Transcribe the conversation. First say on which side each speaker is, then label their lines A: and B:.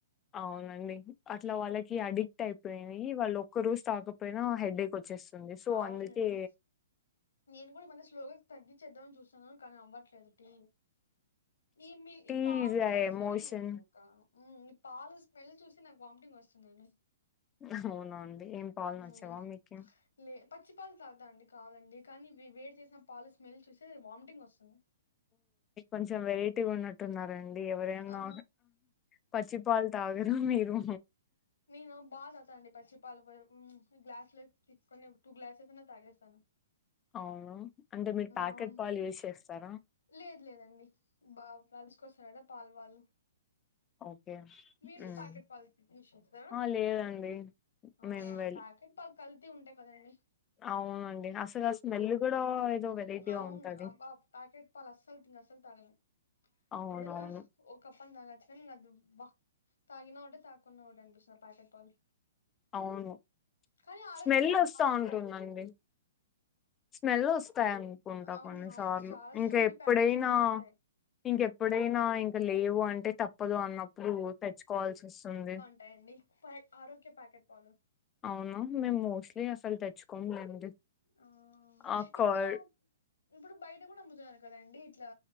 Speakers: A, on the left (about 20°); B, on the left (about 80°).
A: అవునండి అట్లా వాళ్ళకి అడిక్ట్ అయిపోనయి వాళ్ళు ఒక్క రోజు తాగపోయినా హెడేక్ వచ్చేస్తుంది సో
B: అవునండి
A: అందుకే
B: నేను కూడా ఆ మధ్య స్లోగా తగ్గిించేద్దామని చూస్తున్నా, కానీ అవ్వట్లేదు టీ,. ఈ మిల్
A: టీ
B: ఈ పాలు
A: ఈజ్ ఎ
B: అస్సలు
A: ఎమోషన్
B: ఇ క ఉమ్ ఈ పాలు స్మెల్ చూసి నాకు వామిటింగ్ వస్తుందండి.
A: అవున అండి ఏం పాలు
B: మ్మ్
A: నచ్చవా మీకే?
B: లే పచ్చి పాలు తాత అండి కావలండి, కానీ వే వేడి చేసిన పాలు స్మెల్ చూసి వామిటింగ్ వస్తుంది.
A: కొంచెం వెరైటీగా ఉన్నట్టున్నారండి ఎవరయినా
B: ఆ
A: పచ్చిపాల్ తాగరు మీరు
B: నేను బా తాగుత అండి పచ్చి పాలు, ఉమ్ గ్లాస్ల ఎస్ తీసుకుని టూ గ్లాసెస్ అయినా తాగేస్తాను.
A: అవున అంటే మీరు ప్యాకెట్
B: అవును
A: పాలు యూజ్ చేస్తారా?
B: లేదు లేదండి బా కలిసుకొస్తరు కదా పాల్ వాళ్ళు.
A: ఓకే
B: మీరు
A: హ్మ్.
B: ప్యాకెట్ పాల్ యూస్ చేస్తారా?
A: ఆ! లేదండి.
B: ఆ
A: మేము వెళ్
B: ప్యాకెట్ పాల్ కల్తీ ఉంటాయి కదండి.
A: అవునండి అసలు ఆ స్మెల్ కూడా ఏదో వెరైటీగ
B: అవును
A: ఉంటది.
B: అబ్బా ప్యాకెట్ పాల్ అస్సలు తిన అసలు తాగాను
A: అవునవును.
B: ఇదన్న ఒక కప్పన్ తాగొచ్చు గాన్, అది బా తాగినా ఒకటే తాగకున్నా ఒకటి అనిపిస్తది ఆ ప్యాకెట్ పాల్.
A: అవును.
B: కానీ ఆరోక్య
A: స్మెల్
B: పాలు
A: ఒస్తా
B: బాగుంటయంట
A: ఉంటుందండి. స్మెల్ వస్తాయి అనుకుంటా
B: అవును
A: కొన్నిసార్లు,
B: అవును చాలా
A: ఇంక
B: కొన్ని
A: ఎప్పుడైనా
B: ప్యాకెట్ స్మెల్ వస్తాయి
A: ఇంకెప్పుడైనా ఇంక లేవు అంటే తప్పదు అన్నప్పుడు తెచ్చుకోవాల్సి వస్తుంది.
B: వుంటయండి పొయ్ ఆరోక్య ప్యాకెట్ పాలు
A: అవునా, మేము మోస్ట్లీ అసల్ తెచ్చుకోము లెండి
B: ఆ
A: ఆ
B: ఇప్పుడు
A: కర్
B: ఇప్పుడు బయట కూడా అమ్ముతున్నారు కదండి, ఇట్లా